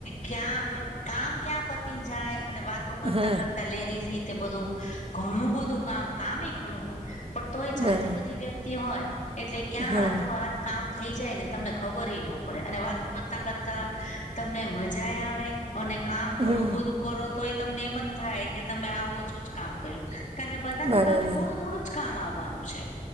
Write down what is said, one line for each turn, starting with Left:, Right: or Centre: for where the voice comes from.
Left: ક્યાં આગળ કામ ક્યાં પતી જાય અને વાતો કરતા-
Right: હા
Left: કરતા લેરીઝ જે રીતે બધું ઘણું બધું કામ કામ હોય. પણ તોય જાજી
Right: બરાબર
Left: બધી વ્યક્તિ હોય એટલે ક્યાં
Right: હા
Left: હાથો હાથ કામ થઈ જાય ને તમને ખબરેય ન પડે અને વાતો કરતા- કરતા તમને મજાય આવે. અને કામ ઘણું
Right: હમ
Left: બધું કરો તોય તમને એમ જ થાય કે તમે હાવ ઓછું જ કામ કારણ કે બધા
Right: બરાબર
Left: ના ભાગે થોડું -થોડું જ કામ આવવાનું છે.